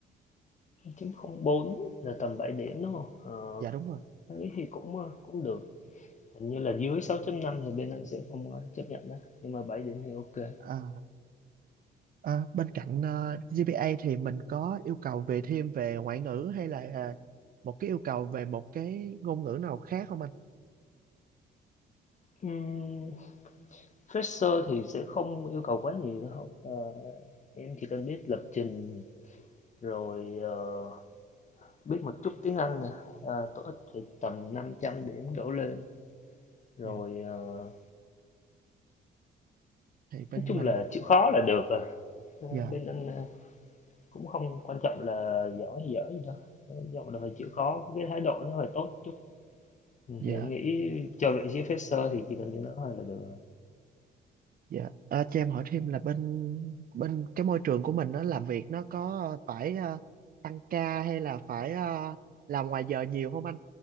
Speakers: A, on the left (about 40°); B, on the right (about 45°).
A: 904 là tầm 7 điểm đúng không? Ờ,
B: Dạ đúng rồi.
A: thấy thì cũng ờ, cũng được. Hình như là dưới 6.5 thì bên anh sẽ không ờ, chấp nhận đó, nhưng mà 7 điểm thì ok.
B: À, à, bên cạnh à, GPA thì mình có yêu cầu về thêm về ngoại ngữ hay là à, một cái yêu cầu về một cái ngôn ngữ nào khác không anh?
A: Ừm, fresher thì sẽ không yêu cầu quá nhiều đâu. Ờ, em chỉ cần biết lập trình rồi ờ, biết một chút tiếng Anh nè, à, TOEIC phải tầm 500 điểm đổ lên rồi
B: Dạ
A: ờ,
B: thì bên
A: nói chung
B: mình
A: là chịu khó là được à. Ờ,
B: dạ
A: bên anh ờ, Cũng không quan trọng là giỏi hay dở gì đâu, quan trọng là phải chịu khó, cái thái độ nó phải tốt chút. thì
B: dạ
A: em nghĩ chờ vị trí fresher thì chỉ cần như đó thôi là được rồi.
B: Dạ, à, cho em hỏi thêm là bên bên cái môi trường của mình nó làm việc nó có phải ờ, tăng ca hay là phải ờ, làm ngoài giờ nhiều không anh?